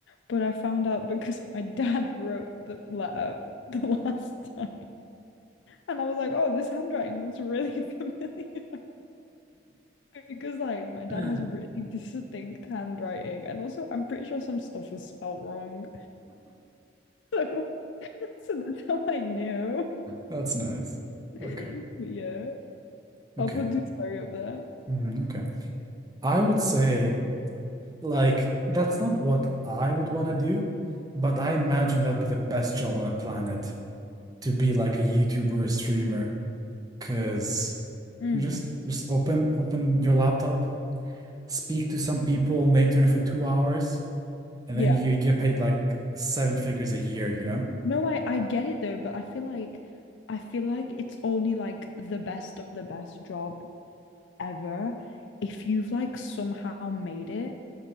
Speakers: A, on the left; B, on the right.
A: but I found out because my dad <laughs> wrote the letter the last time, and I was like, "Oh, this handwriting looks really <laughs> familiar," because like my dad
B: <laughs>
A: has a really distinct handwriting, and also I'm pretty sure some stuff was spelt wrong, <laughs> so so that's how I knew.
B: That's nice.
A: <laughs>
B: Okay.
A: Yeah. I'll
B: Okay.
A: put Dewsbury up there.
B: Mm, okay. I would say, like, that's not what I would want to do, but I imagine that'd be the best job on the planet to be like a YouTuber or a streamer, because
A: Mm,
B: you just just open open your laptop, speak to some people on the internet for two hours, and
A: yeah.
B: then you get paid like seven figures a year, you know?
A: No, I I get it though, but I feel like I feel like it's only like the best of the best job ever if you've like somehow made it